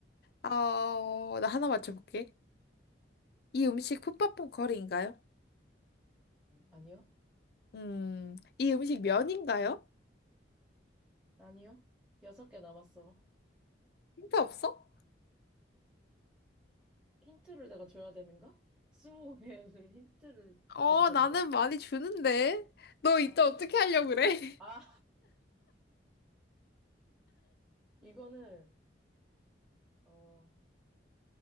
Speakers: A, on the left (about 55°); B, in the centre.
A: 어, 나 하나 맞춰볼게. 이 음식 풋밥퐁 거리인가요?
B: 음, 아니요?
A: 음, 이 음식 면인가요?
B: 아니요? 여섯 개 남았어.
A: 힌트 없어?
B: 힌트를 내가 줘야 되는가? 스무 개는 힌트를
A: 어,
B: 줘도 되는
A: 나는
B: 거야?
A: 많이 주는데. 너 이따
B: 아, 그래?
A: 어떻게 하려고 그래?
B: 아, 이거는, 어,